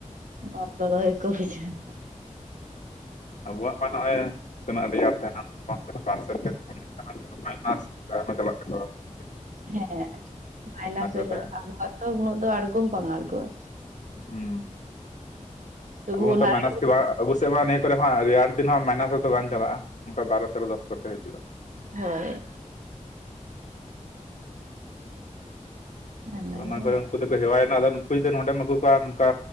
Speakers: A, on the right; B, on the left.
A: ᱱᱚᱣᱟ ᱞᱚᱞᱚ ᱜᱮᱠᱚ ᱵᱩᱡ-ᱟ ᱾
B: ᱟᱵᱚᱣᱟᱜ ᱢᱟ ᱱᱚᱜᱼᱚᱭ ᱛᱤᱱᱟᱹᱜ ᱨᱮᱭᱟᱲ ᱛᱟᱦᱮᱱᱟ ᱩᱱᱟᱹᱜ ᱵᱟᱝ ᱛᱟᱦᱮᱱᱟ ᱵᱟᱨ ᱩᱱᱠᱩ ᱫᱚ ᱢᱟᱭᱱᱟᱥ ᱟᱭᱢᱟ ᱪᱟᱞᱟᱜ ᱛᱟᱠᱚᱣᱟ ᱾
A: ᱦᱮᱸ ᱢᱟᱭᱱᱟᱥ ᱦᱩᱭ
B: ᱨᱮ
A: ᱪᱟᱞᱟᱜᱼᱟ
B: ᱛᱟᱦᱮᱱᱟ
A: ᱟᱵᱚᱣᱟᱜ ᱛᱚ ᱩᱱᱟᱹᱜ ᱫᱚ ᱟᱬᱜᱚ ᱦᱚᱸ ᱵᱟᱝ ᱟᱬᱜᱚᱜᱼᱟ ᱾
B: ᱦᱩᱸ
A: ᱛᱚᱵᱩ
B: ᱟᱵᱚ ᱢᱟᱛᱚ
A: ᱚᱱᱟ
B: ᱢᱟᱭᱱᱟᱥ
A: ᱨᱮᱜᱮ
B: ᱜᱮ ᱵᱟᱝ ᱟᱵᱚ ᱥᱮᱫ ᱢᱟ ᱚᱱᱮᱠ ᱠᱚᱨᱮ ᱨᱮᱭᱟᱲ ᱫᱤᱱ ᱦᱚᱸ ᱢᱟᱭᱱᱟᱥ ᱨᱮᱫᱚ ᱵᱟᱝ ᱪᱟᱞᱟᱜᱼᱟ ᱚᱱᱠᱟ ᱵᱟᱨᱚ ᱛᱮᱨᱚ ᱫᱚᱥ ᱠᱚᱛᱮ ᱦᱤᱡᱩᱜᱼᱟ ᱾
A: ᱦᱳᱭ ᱚᱱᱟᱜᱮ
B: ᱚᱱᱟ ᱠᱚᱨᱮ ᱩᱱᱠᱩ ᱫᱚᱠᱚ ᱦᱮᱣᱟᱭᱮᱱᱟ ᱟᱫᱚ ᱩᱱᱠᱩ ᱡᱚᱫᱤ ᱱᱚᱰᱮᱢ ᱟᱹᱜᱩ ᱠᱚᱣᱟ ᱱᱚᱝᱠᱟ